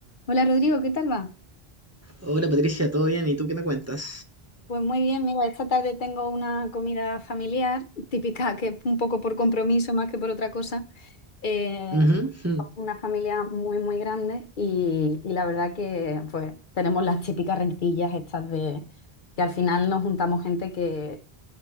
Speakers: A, on the left (about 55°); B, on the right (about 20°).
A: Hola Rodrigo, ¿qué tal va?
B: Hola Patricia, ¿todo bien? ¿Y tú qué me cuentas?
A: Pues muy bien, mira, esta tarde tengo una comida familiar <laughs> típica, que es un poco por compromiso más que por otra cosa. Eh,
B: Ujú. ujú.
A: una familia muy, muy grande y, y la verdad que pues tenemos las típicas rencillas estas de que al final nos juntamos gente que